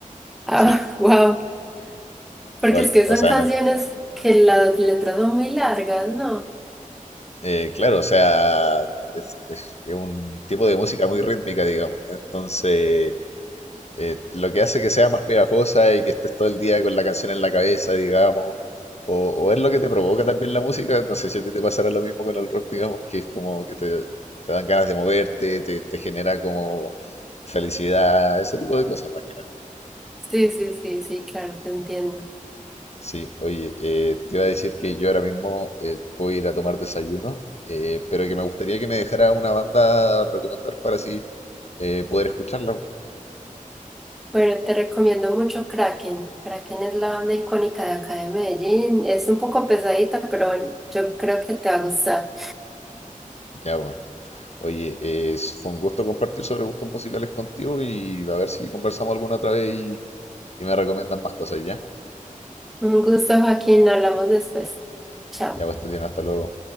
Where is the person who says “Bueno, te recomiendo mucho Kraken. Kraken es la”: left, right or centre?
Centre